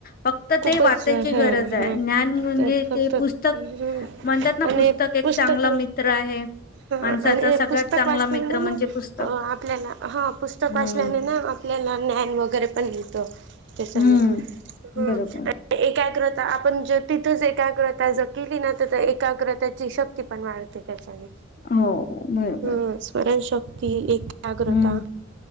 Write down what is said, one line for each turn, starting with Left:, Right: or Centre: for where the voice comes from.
Left: फक्त
Right: खूपच
Left: ते वाचायची
Right: हा
Left: गरज आहे
Right: हा
Left: ज्ञान म्हणजे
Right: तर फक्त
Left: ते पुस्तक
Right: ह
Left: म्हणतात ना
Right: आणि
Left: पुस्तक एक
Right: पुस्तक
Left: चांगला मित्र आहे
Right: हा
Left: माणसाचा
Right: आणि
Left: सगळ्यात
Right: पुस्तक
Left: चांगला
Right: वाचल्या
Left: मित्र
Right: ना
Left: म्हणजे पुस्तक
Right: आपल्याला हा पुस्तक
Left: हम्म
Right: वाचल्याने ना आप त्याला ज्ञान वगैरे पण येतो त्याच्याने
Left: हम्म
Right: ह
Left: बरोबर
Right: एकाग्रता आपण जर तिथंच एकाग्रता जर केली ना तर तर एकाग्रताची शक्ती पण वाढते त्याच्याने
Left: हो बरोबर
Right: हा स्मरण शक् ती एकाग्रता
Left: हम्म